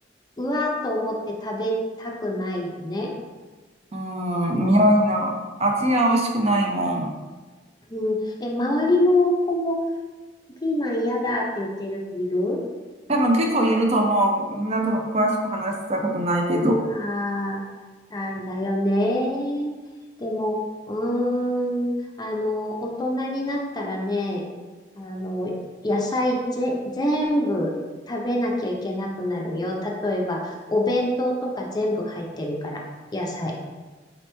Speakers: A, on the left; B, on the right.
A: うわーっと思って食べたくないよね。
B: うん、
A: うん、
B: 苦いの。味が美味しくないもん。
A: うん、え、周りの子もピーマン嫌だって言ってる子いる
B: 多分結構いると思う。みんなと詳しく話したことないけど。
A: ああ、あれだよね。でも、うーん、あの、大人になったらね、あの、野菜ぜ、全部食べなきゃいけなくなるよ。例えば、お弁当とか全部入ってるから、野菜。